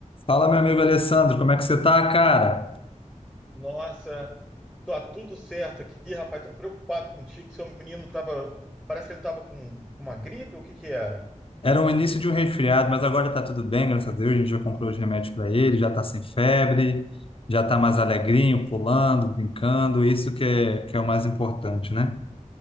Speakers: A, on the left; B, in the centre.
A: Fala, meu amigo Alessandro, como é que você tá, cara?
B: Nossa, tá tudo certo aqui, rapaz. Tô preocupado contigo. Seu menino tava. Parece que ele tava com uma gripe, o que que era?
A: Era o início de um resfriado, mas agora tá tudo bem, graças a Deus. A gente já comprou os remédios para ele, já tá sem febre, já tá mais alegrinho, pulando, brincando. Isso que é, que é o mais importante, né?